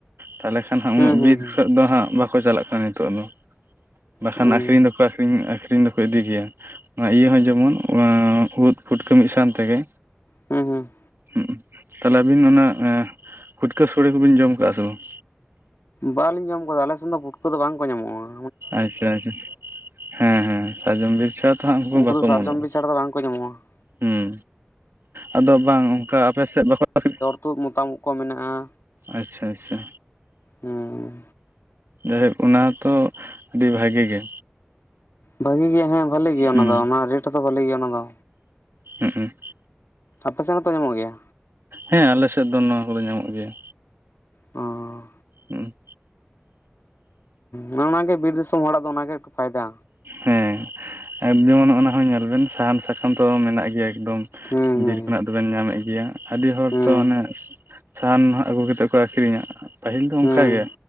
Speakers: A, on the right; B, on the left.
A: ᱛᱟᱞᱦᱮ ᱠᱷᱟᱱ ᱦᱟᱸᱜ
B: ᱦᱩᱸ
A: ᱩᱱᱟᱹᱜ
B: ᱦᱩᱸ
A: ᱵᱤᱨ ᱥᱮᱡ ᱫᱚ ᱦᱟᱸᱜ ᱵᱟᱠᱚ ᱪᱟᱞᱟᱜ ᱠᱟᱱᱟ ᱱᱤᱛᱳᱜ ᱫᱚ ᱵᱟᱠᱷᱟᱱ
B: ᱦᱩᱸ
A: ᱟᱹᱠᱷᱨᱤᱧ
B: ᱦᱩᱸ
A: ᱫᱚᱠᱚ ᱟᱠᱷ ᱨᱤᱝ ᱟᱠᱷᱨᱤᱝ ᱫᱚᱠᱚ ᱤᱫᱤ ᱜᱮᱭᱟ ᱚᱱᱟ ᱤᱭᱟᱹ ᱦᱚᱸ ᱡᱮᱢᱚᱱ ᱚᱱᱟ ᱩᱫᱽ ᱯᱩᱴᱠᱟᱹ ᱢᱤᱫ ᱥᱟᱶ ᱛᱮᱜᱮ᱾
B: ᱦᱩᱸ ᱦᱩᱸ
A: ᱦᱩᱜ ᱩᱸ ᱛᱟᱦᱞᱮ ᱟᱹᱵᱤᱱ ᱚᱱᱟ ᱠᱷᱩᱴᱠᱟᱹ ᱥᱚᱲᱮ ᱠᱚᱵᱤᱱ ᱡᱚᱢ ᱠᱟᱜ-ᱟ ᱥᱮ ᱵᱟᱝ?
B: ᱵᱟᱞᱤᱧ ᱡᱚᱢ ᱠᱟᱫᱟ ᱟᱞᱮᱥᱮᱱ ᱫᱚ ᱯᱩᱴᱠᱟᱹ ᱫᱚ ᱵᱟᱝᱠᱚ ᱧᱟᱢᱚᱜ-ᱟ᱾
A: ᱟᱪᱪᱷᱟ ᱟᱪᱪᱷᱟ ᱦᱮᱸ ᱦᱮᱸ ᱥᱟᱨᱡᱚᱢ ᱵᱤᱨ ᱪᱷᱟᱛ ᱛᱚ ᱦᱟᱸᱜ ᱩᱝᱠᱩ
B: ᱩᱱᱠᱩ
A: ᱠᱩ ᱵᱟᱠᱚ
B: ᱫᱚ ᱥᱟᱨᱡᱚᱢ
A: ᱚᱢᱚᱱᱚᱜ-ᱟ,
B: ᱵᱤᱨ ᱪᱷᱟᱲᱟ ᱫᱚ ᱵᱟᱝᱠᱚ ᱧᱟᱢᱚᱜᱼᱟ
A: ᱦᱩᱸ ᱟᱫᱚ ᱵᱟᱝ ᱚᱝᱠᱟ ᱟᱯᱮ ᱥᱮᱫ ᱵᱟᱠᱚ ᱟᱠ ᱨᱤ
B: ᱛᱳᱜ ᱢᱚᱛᱟᱢ ᱩᱜ ᱠᱚ ᱢᱮᱱᱟᱜ-ᱟ,
A: ᱟᱪᱪᱷᱟ ᱟᱪᱪᱷᱟ
B: ᱦᱩᱸ
A: ᱡᱟᱭᱦᱳᱠ ᱚᱱᱟ ᱦᱚᱸᱛᱚ ᱟᱹᱰᱮ ᱵᱷᱟᱜᱮ ᱜᱮ᱾
B: ᱵᱷᱟᱹᱜᱤ ᱜᱮᱭᱟ ᱦᱮᱸ ᱵᱷᱟᱮᱞᱮ ᱜᱮᱭᱟ
A: ᱦᱩᱸ
B: ᱚᱱᱟ ᱫᱚ ᱚᱱᱟ ᱨᱮᱴ ᱦᱚᱸᱛᱚ ᱵᱷᱟᱞᱤ ᱜᱮᱭᱟ ᱚᱱᱟ ᱫᱚ᱾
A: ᱦᱩᱸᱜ ᱩᱸ
B: ᱟᱯᱮ ᱥᱮᱱ ᱦᱚᱸᱛᱚ ᱧᱟᱢᱚᱜ ᱜᱮᱭᱟ?
A: ᱦᱮᱸ ᱟᱞᱮ ᱥᱮᱫ ᱫᱚ ᱱᱚᱣᱟ ᱠᱚᱫᱚ ᱧᱟᱢᱚᱜ ᱜᱮᱭᱟ᱾
B: ᱚᱸᱻ
A: ᱦᱩᱸᱜ ᱩᱸ
B: ᱦᱩᱸ ᱱᱚᱜ ᱱᱟ ᱜᱮ ᱵᱤᱨ ᱫᱤᱥᱚᱢ ᱦᱚᱲᱟᱜ ᱫᱚ ᱚᱱᱟ ᱜᱮ ᱮᱴᱩ ᱯᱷᱟᱭᱫᱟ᱾
A: ᱦᱮᱸ ᱟᱨ ᱡᱮᱢᱚᱱ ᱱᱚᱜ ᱱᱟ ᱦᱚᱸ ᱧᱮᱞ ᱵᱮᱱ ᱥᱟᱦᱟᱱ ᱥᱟᱠᱟᱢ ᱛᱚ ᱢᱮᱱᱟᱜ ᱜᱮᱭᱟ ᱮᱠᱫᱚᱢ,
B: ᱦᱩᱸ
A: ᱵᱤᱨ ᱠᱷᱚᱱᱟᱜ ᱛᱚ ᱵᱮᱱ ᱧᱟᱢᱮᱜ ᱜᱮᱭᱟ ᱟᱹᱰᱤ ᱦᱚᱲ
B: ᱦᱩᱸ ᱦᱩᱸ
A: ᱛᱚ ᱚᱱᱮ ᱥᱟᱦᱟᱱ ᱱᱟᱦᱟᱜ ᱟᱹᱜᱩ ᱠᱟᱛᱮᱜ ᱠᱚ ᱟᱠᱷᱨᱤᱧᱟ, ᱯᱟᱹᱦᱤᱞ ᱫᱚ
B: ᱦᱩᱸ
A: ᱚᱝᱠᱟ ᱜᱮ